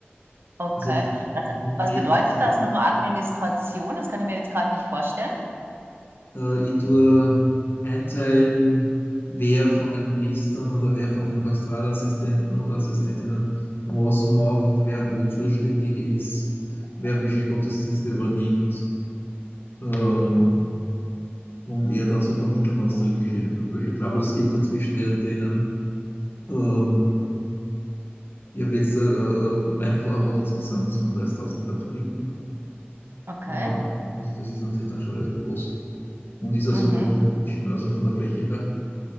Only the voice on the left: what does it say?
Also was ich habe
mit konkreten
gesehen,
äh, ich tue einteilen, wer von den Priestern oder wer von den Pastoralassistenten oder Assistentinnen was macht, wer wo zuständig ist, wer welche Gottesdienste übernimmt. Ähm,
und eher dann so vermitteln, wenn es da irgendwelche welche Troubles gibt zwischen den, denen. Ähm, Ich habe jetzt, äh, äh, mein Pfarrer hat insgesamt 37.000 Katholiken.
Äh, also das ist natürlich dann schon relativ groß. Und ist auch
so groß wie München, also von der Fläche her.